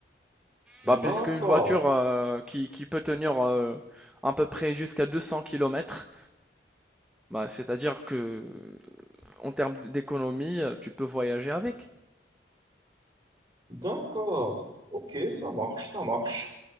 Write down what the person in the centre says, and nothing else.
Bah,
puisque une voiture euh, qui, qui peut tenir euh, à peu près jusqu'à 200 kilomètres bah, c'est-à-dire que en termes d'économie, euh, tu peux voyager avec.